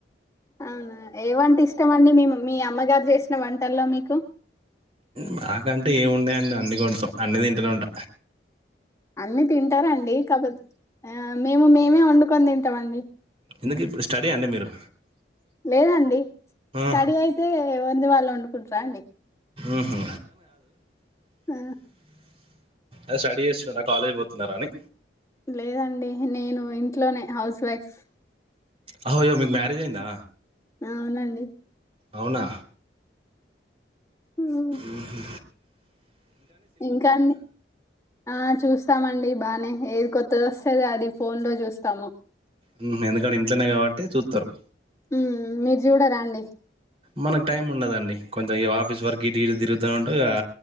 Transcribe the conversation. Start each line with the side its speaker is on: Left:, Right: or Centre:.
Left: అవును ఏవంటే ఇష్టంమండి మీ మీ అమ్మగారి చేసిన వంటల్లో మీకు
Right: మాకంటే ఏమిండేయండి అన్ని కొండం అన్నిది ఇంటలో ఉంట
Left: అన్ని తింటారండి కాకపోతే ఆ మేము మేమే వండుకొని తింటామండి
Right: ఇందుక ఇప్పుడు స్టడీ అండి మీరు
Left: లేదండి
Right: ఆ,
Left: స్టడీ అయితే ఎవరిది వాళ్ళు వండుకుంటార అండి
Right: ఉహు,
Left: ఆ
Right: అ స్టడీ చేస్తున్నారా కాలేజీ పోతున్నారా అని
Left: లేదండి నేను ఇంట్లోనే హౌస్ వైఫ్
Right: అహో అయ్యో మీకు మ్యారేజ్ అయ్యిందా
Left: అవునండి
Right: అవునా
Left: హ్మ్.
Right: ఊహూ
Left: ఇంకా అండి ఆ చూస్తామండి బానే ఏది కొత్తది ఒస్తే అది ఫోన్ లో చూస్తాము
Right: ఊ ఎందుకంటే ఇంట్లనే కాబట్టి చూత్తరు
Left: ఊ మీరు చూడరండి
Right: మనకు టైం ఉండదండి కొంచెం ఇగ ఆఫీస్ వర్క్ ఇటు ఇటు తిరుగుత ఉంట ఆ